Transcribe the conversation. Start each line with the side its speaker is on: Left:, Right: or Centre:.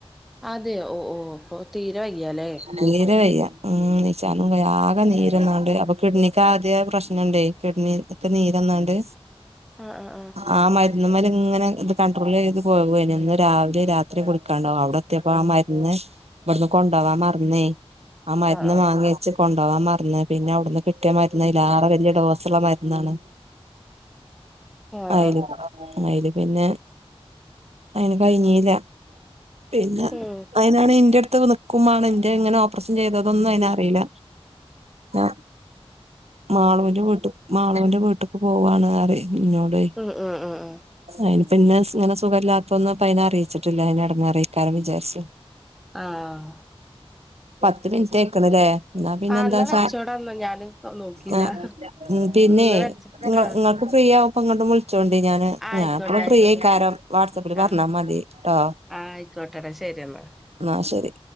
Centre: അതെ ഓഹ് ഓഹ് ഇപ്പൊ തീരെ വയ്യാലേ
Right: തീരെ വയ്യ ഉം നിചാനും ക ആകെ നീരന്നാണ്ട് അപ്പൊ കിഡ്നിക്കാദ്യേ പ്രശ്നണ്ടെ കിഡ്നി ഇപ്പ നീരെന്നാണ്ട്
Centre: ആഹ് ആഹ് ആഹ്
Right: ആഹ് മരുന്നമ്മല് ഇങ്ങന ഇത് കണ്ട്രോളീത് പോവേന് ഇന്ന് രാവിലെ രാത്രി കുടിക്കാണ്ടാവും അവടെ എത്തീപ്പൊ ആഹ് മര്ന്ന് ഇവിടുന്ന് കൊണ്ടോവ മർന്നൊയ് ആഹ് മര്ന്ന്
Centre: ആ ആ
Right: വാങ്ങി വെച്ച് കൊണ്ടോവാൻ മറ്ന്ന് പിന്ന അവ്ടുന്ന് കിട്ടിയ മരുന്ന് അയ്ലേറെ വല്യ ഡോസ്ള്ള മര്ന്നാണ്
Centre: ആ
Right: അയില്
Centre: ആ
Right: അയില് പിന്ന അയ്ന് കഴിഞ്ഞീല പിന്ന
Centre: ഉം
Right: അയിനാണെ ഇന്റട്ത്ത് നിക്കും മാണം ഇന്റ ഇങ്ങന - ഓപ്രഷം ചെയ്തതൊന്നും
Centre: ഉം
Right: അയ്നറീല ഞ മാളൂന്റ വീട്ട് മാളുന്റ വീട്ട്ക്ക് പോവാണ് അറിം ഇന്നോടെ
Centre: ഉം ഉം ഉം
Right: അയിന് പിന്ന ഇങ്ങന സുഖല്ലാത്തതൊന്ന് അപ്പ അയിനെ അറീച്ചിട്ടില്ല അയ്നെ എടങ്ങേറേക്കാരം വിചാരിച്ച്
Centre: ആഹ്
Right: പത്ത് മിനിറ്റയ്ക്ക്ണ്ലേ ന്നാ പിന്നെന്താച്ച
Centre: ആഹ് എന്നാ വെച്ചോടന്നാ ഞാന് നോക്കിയില്ല
Right: ആഹ് ഉം പിന്നെ
Centre: എന്നാ വെച്ച ആഹ്
Right: ഇങ്ങക്ക് ഫ്രീ ആവുമ്പൊ ഇങ്ങ്ട്ടും വുൾച്ചോണ്ടി ഞാന്
Centre: ആയിക്കോട്ടെ
Right: ഞാ എപ്പളും
Centre: ആയിക്കോട്ടെ
Right: ഫ്രീയെയ്ക്കാരം വാട്സപ്പില് പറ്ഞ്ഞാ
Centre: ആഹ്
Right: മതി ട്ടോ
Centre: ആയിക്കോട്ടെടാ ശരി എന്നാ
Right: ഇന്നാ ശരി